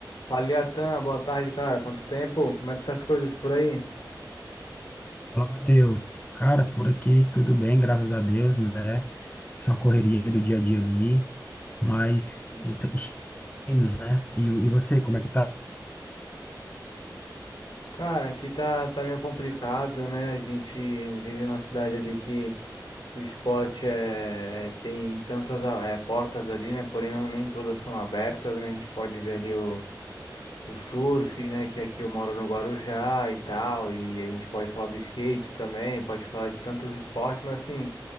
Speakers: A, on the left; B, on the left.
A: Fala, Iatan, boa tarde, cara. Quanto tempo? Como é que tá as coisas por aí?
B: Fala, Matheus. Cara, por aqui tudo bem, graças a Deus, né? Só correria do dia a dia ali, mas então, indo, né? E, o- e você, como é que tá?
A: Cara, aqui tá, tá meio complicado, né? A gente vive numa cidade ali que, que o esporte é, é- tem tantas ah, é, portas ali, né? Porém, não, nem todas são abertas, né? A gente pode ver ali o surf, né? Que aqui eu moro no Guarujá e tal. E a gente pode falar do skate também, pode falar de tantos esportes, mas assim,